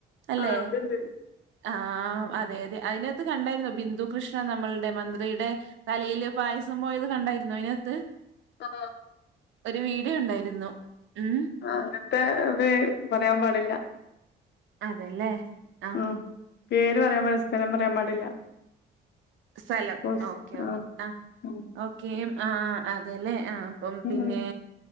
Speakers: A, on the right; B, on the left.
A: അല്ലേ?
B: ആഹ് അത്ണ്ട്
A: ആ അതെ അതെ അതിനകത്ത് കണ്ടായിരുന്നോ ബിന്ദു കൃഷ്ണ നമ്മളുടെ മന്ത്രിയുടെ തലയില് പായസം പോയത് കണ്ടായിരുന്നോ അതിനകത്ത്?
B: ആ
A: ഒരു വീഡിയോ ഉണ്ടായിരുന്നു. ഉം.
B: ആ അങ്ങനത്തെ ഒരു പറയാൻ പാടില്ല
A: അതെല്ലേ. ആ
B: ഉം പേര് പറയാൻ പാടില്ല സ്ഥലം പറയാൻ പാടില്ല.
A: സ്ഥലം
B: കോഴ്സ്
A: ഓക്കെ ഓക്കെആ
B: ആഹ് ഉം
A: ഓക്കേ ആ അതല്ലേ? ആ അപ്പം പിന്നെ
B: ഉം